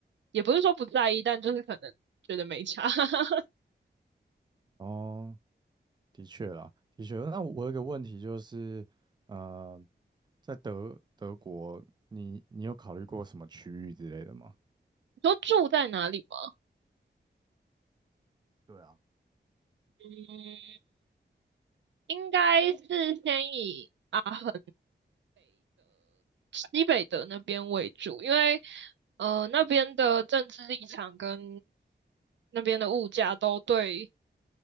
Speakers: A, on the right; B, on the right.
A: 也不是说不在意，但就是可能觉得没差。<laughs>
B: 哦，的确啦，的确。那我有一个问题就是，呃，在德德国，你你有考虑过什么区域之类的吗？
A: 你说住在哪里吗？
B: 对啊，
A: 嗯，应该是先以阿恒西北的那边为主，因为呃那边的政治立场跟那边的物价都对